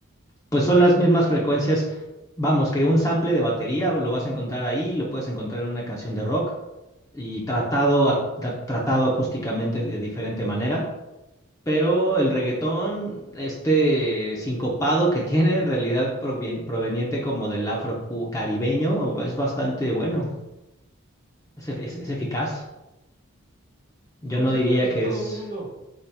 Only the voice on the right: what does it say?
Ajá,
ok.
No,
pues es,
bu- es
todo
un mundo,